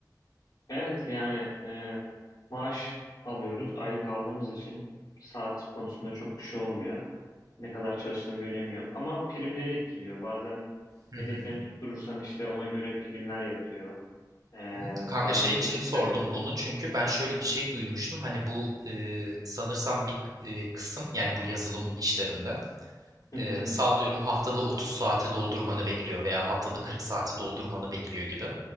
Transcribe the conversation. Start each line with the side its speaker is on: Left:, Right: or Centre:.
Left: Evet yani e, maaş alıyoruz. Aylık aldığımız için saat konusunda çok bir şey olmuyor. Ne kadar çalıştığın bir önemi yok. Ama primleri etkiliyor. Bazen
Right: Hı hı.
Left: hedeflerini tutturursan işte ona göre primler yatıyor. E,
Right: Hı, Kanka
Left: bazen
Right: şey için
Left: teşvikler
Right: sordum
Left: yapılıyor.
Right: bunu çünkü ben şöyle bir şey duymuştum. Hani bu e, sanırsam bir e, kısım yani bu yazılım işlerinde e,
Left: Hı hı,
Right: sallıyorum haftada 30 saati doldurmanı bekliyor veya haftada 40 saati doldurmanı bekliyor gibi.